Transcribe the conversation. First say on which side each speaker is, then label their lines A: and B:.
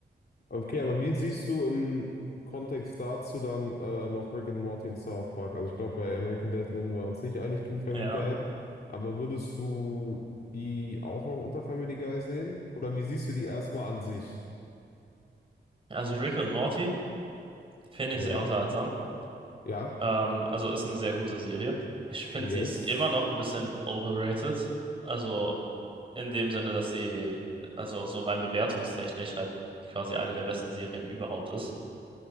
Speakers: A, on the left; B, on the right.
A: Okay, aber wie siehst du im Kontext dazu dann äh, noch Rick and Morty und South Park? Also ich glaube, bei American Dad werden wir uns nicht einig gegen Family
B: Ja.
A: Guy, aber würdest du die auch noch unter Family Guy sehen? Oder wie siehst du die erstmal an sich?
B: Also Rick und Morty finde
A: Ja,
B: ich sehr unterhaltsam.
A: ja,
B: Ähm, also ist eine sehr gute Serie. Ich finde,
A: yes.
B: sie ist immer noch ein bisschen overrated. Also in dem Sinne, dass sie, also so rein bewertungstechnisch halt quasi eine der besten Serien überhaupt ist.